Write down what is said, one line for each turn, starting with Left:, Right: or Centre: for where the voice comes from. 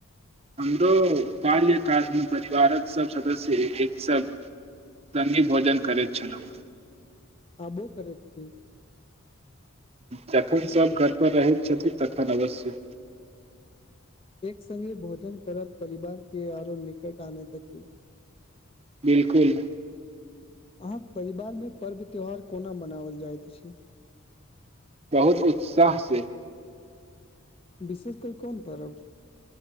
Right: हमरो बाल्य कालमे परिवारक सभ सदस्य एक सब सँघे भोजन करैत छलहु
Left: आबो करैत छिय
Right: जखन सभ घरपर रहैत छथिन तखन अवश्य
Left: एक सङ्गे भोजन करब परिवार के आरो निकट आनैत अछि
Right: बिलकुल
Left: अहाँक परिवारमे पर्व त्यौहार कोना मनाओल जाइत अछि
Right: बहुत उत्साह से
Left: विशेष कोइ कोन पर्व